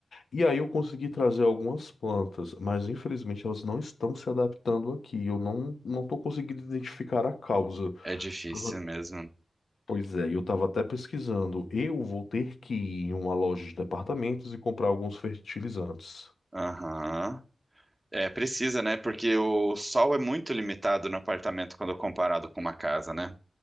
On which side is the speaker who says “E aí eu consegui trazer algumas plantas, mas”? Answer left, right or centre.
Left